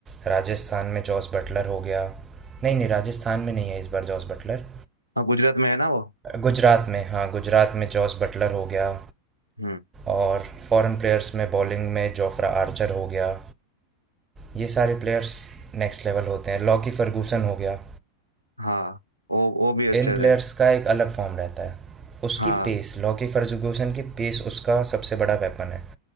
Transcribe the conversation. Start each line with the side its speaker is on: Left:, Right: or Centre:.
Right: राजस्थान में जॉस बटलर हो गया नहीं नहीं राजस्थान में नहीं है इस बार जॉस बटलर
Left: हाँ गुजरात में है ना वो
Right: गुजरात में हाँ गुजरात में जॉस बटलर हो गया
Left: हम्म
Right: और फॉरेन प्लेयर्स में बॉलिंग में जोफ्रा आर्चर हो गया ये सारे प्लेयर्स नेक्स्ट लेवल होते हैं लॉकी फर्गूसन हो गया
Left: हाँ वो वो भी अच्छे
Right: इन प्लेयर्स
Left: थे
Right: का एक अलग फॉर्म रहता है उसकी
Left: हाँ
Right: पेस लॉकी फर्गूसन की पेस उसका सबसे बड़ा वेपन है